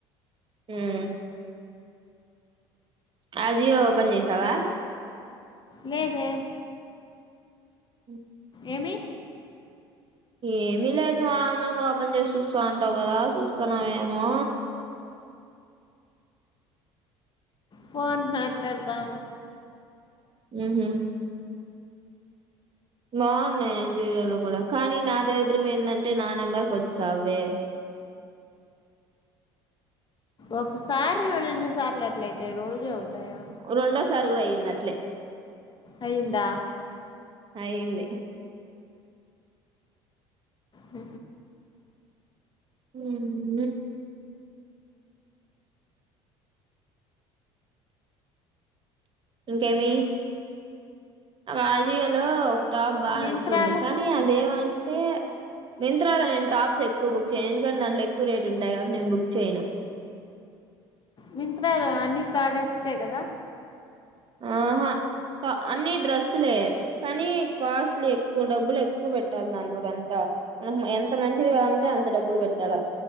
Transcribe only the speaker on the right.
ఉం ఆ జియో ఓపెన్ చేసావా
ఉ
ఏమి లేదు మామూలుగా ఓపెన్ చేసి చూస్తా అంటావు కదా చూస్తాన్నావ ఏమో
ఆహ బాగున్నాయి ఆ జీయే లో కూడా కానీ నా దరిద్రం ఏందంటే నా నెంబర్కి వచ్చేసవ్వే
రెండోసారి కూడా అయ్యింది అట్లే
అయింది
ఉహు ఇంకేమి ఆ జియో లో టాప్ బాగా
నచ్చింది కానీ అదేమంటే మింత్రా లో నేను టాప్స్ ఎక్కువ బుక్ చేయను ఎందుకంట దాట్ ఎక్కువ రేటు ఉంటయి కాబట్టి నేను బుక్ చేయను.
ఆహా అన్ని డ్రెస్సులే కానీ కాస్ట్లు ఎక్కువ డబ్బులు ఎక్కువ పెట్టాలి దాంట్కంతా మనకు ఎంత మంచిది కాదంటే అంత డబ్బులు పెట్టాలా